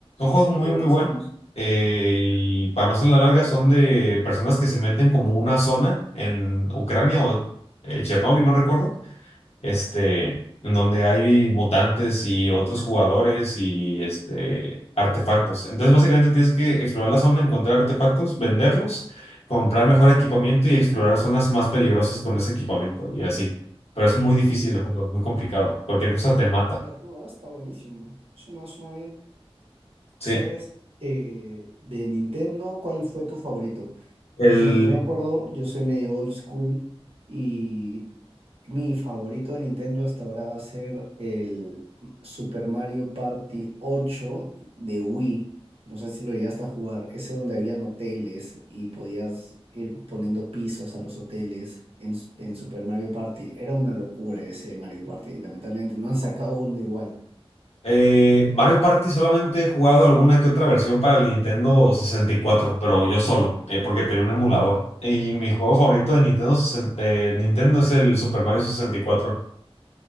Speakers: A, on the left; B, on the right.
A: juegos
B: está
A: muy,
B: buenísimo.
A: muy buenos. eh, y para no hacer la larga, son de personas que se meten como una zona en Ucrania o eh, Chernóbil, no recuerdo. Este, en donde hay mutantes y otros jugadores y este, artefactos. Entonces, básicamente tienes que explorar la zona, encontrar artefactos, venderlos, comprar mejor equipamiento y explorar zonas más peligrosas con ese equipamiento y así. Pero es muy difícil
B: Bueno,
A: el juego, es muy complicado. Cualquier cosa te mata.
B: Mira tú, ah, está buenísimo. Suena, suena bien.
A: Sí.
B: ¿Sabes, eh, de Nintendo, cuál fue tu favorito?
A: El.
B: Por ejemplo, yo me acuerdo, yo soy medio old school y mi favorito de Nintendo hasta ahora va a ser el Super Mario Party 8 de Wii. No sé si lo llegaste a jugar. Ese donde habían hoteles y podías ir poniendo pisos a los hoteles en, en Super Mario Party. Era una locura ese Mario Party. Lamentablemente no han sacado uno igual.
A: Eh, Mario Party solamente he jugado alguna que otra versión para el Nintendo sesenta y cuatro pero yo solo, eh, porque tenía un emulador. Y mi juego favorito de Nintendo, sesenta de Nintendo es el Super Mario sesenta y cuatro